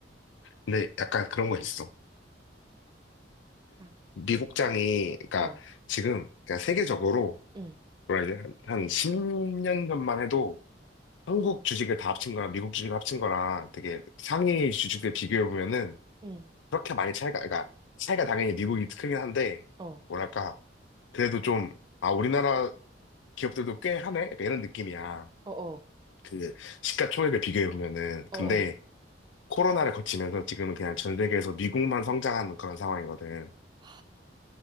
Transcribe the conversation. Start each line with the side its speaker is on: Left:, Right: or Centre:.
Left: 근데 약간 그런 거 있어.
Right: 아,
Left: 미국장이, 그러니까
Right: 어,
Left: 지금, 그러니까 세계적으로,
Right: 응,
Left: 뭐라 이제 한, 한 10년 전만 해도 한국 주식을 다 합친 거랑 미국 주식을 합친 거랑 되게 상위 주식들 비교해보면은
Right: 응,
Left: 그렇게 많이 차이가, 그러니까 차이가 당연히 미국이 크긴 한데,
Right: 어, 어,
Left: 뭐랄까, 그래도 좀, 아, 우리나라 기업들도 꽤 하네? 약간 이런 느낌이야.
Right: 어,
Left: 그 시가총액을 비교해 보면은
Right: 어,
Left: 근데 코로나를 거치면서 지금은 그냥 전 세계에서 미국만 성장하는 그런 상황이거든.
Right: 어.